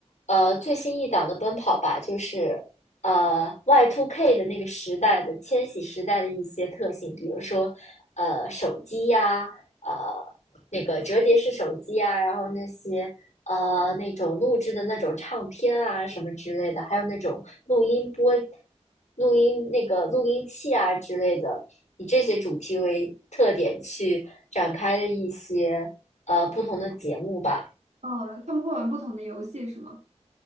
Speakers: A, on the left; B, on the right.
A: 呃最新一档的《奔跑吧》就是。呃 Y2K 的那个时代的千禧时代的一些特性，比如说呃手机呀、呃那个折叠式手机啊，然后那些呃那种录制的那种唱片啊什么之类的，还有那种录音播、录音那个录音器啊之类的，以这些主题为特点去展开的一些呃不同的节目吧。
B: 嗯，他们会玩不同的游戏是吗？